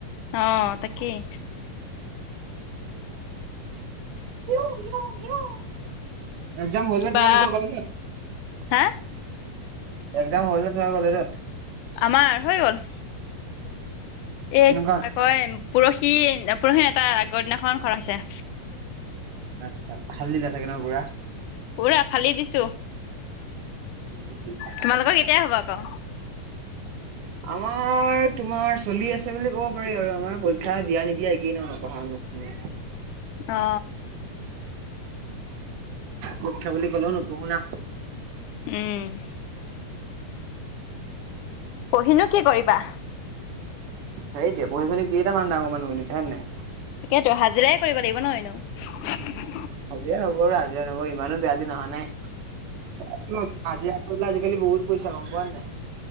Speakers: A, on the left; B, on the right.
A: অ তাকেই।
B: You you you. একজাম হ'ল
A: কিবা
B: নে তোমালোকৰ কলেজত?
A: হা
B: একজাম হ'ল নে তোমাৰ কলেজত?
A: আমাৰ হৈ গ'ল। এইক
B: কেনেকুৱা হ'ল?
A: কাক কয়েম পৰহি পৰহি নাই তাৰ আগৰ দিনাখন খৰ হৈছে।
B: আচ্ছা ফালি দিলা চাগে ন পুৰা?
A: পুৰা ফালি দিছো।
B: উম, বিশ্বাস
A: তোমালোকৰ
B: আছে
A: কেতিয়াই হ'বই ক?
B: আমাৰ তোমাৰ চলি আছে বুলি ক'ব পাৰি আৰু আমাৰ পৰীক্ষা দিয়া নিদিয়া একেই ন নপঢ়া নুশুনা।
A: অ।
B: মুখ্য বুলি কলো নপঢ়ো না।
A: উম। পঢ়িনো কি কৰিবা?
B: সেই দে পঢ়িমেলি কেইটা মান ডাঙৰ মানুহ বনিছে হয় নাই।
A: তাকে ত হাজিৰাই কৰিব লাগিব ন এনোও
B: হাজিৰা নকৰো, হাজিৰা নকৰি ইমানো বেয়া দিন অহা নাই। আজি <unintelligible> কৰি পেলাই আজিকালি বহুত পইচা গম পোৱা নাই?